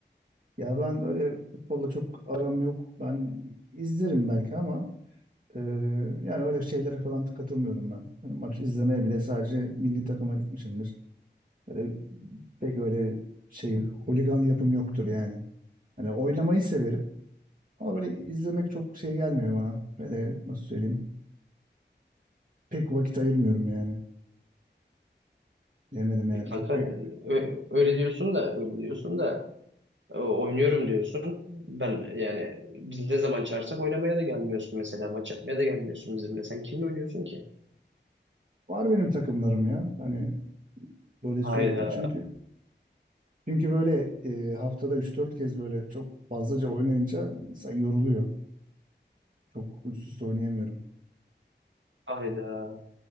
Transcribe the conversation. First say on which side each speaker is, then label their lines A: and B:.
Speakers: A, on the right; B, on the right.
A: Ya ben öyle futbolla çok aram yok. Ben izlerim belki ama e, yani öyle şeylere falan katılmıyorum ben. Hani maç izlemeye bile sadece milli takıma gitmişimdir. Böyle pek öyle şey holigan yapım yoktur yani. Hani oynamayı severim ama böyle izlemek çok şey gelmiyor bana. Böyle nasıl söyleyeyim? Pek vakit ayırmıyorum yani. Bilemedim yani.
B: E kanka
A: Çok e,
B: e, ö- öyle diyorsun da öyle diyorsun da E, Oynuyorum diyorsun. Ben yani biz ne zaman çağırsak oynamaya da gelmiyorsun mesela. Maç yapmaya da gelmiyorsun bizimle. Sen kimle oynuyorsun ki?
A: var benim takımlarım ya. Hani böyle sürekli
B: Hayda,
A: çünkü Çünkü böyle e, haftada üç dört kez böyle çok fazlaca oynayınca insan yoruluyor. Çok üst üste oynayamıyorum
B: hayda.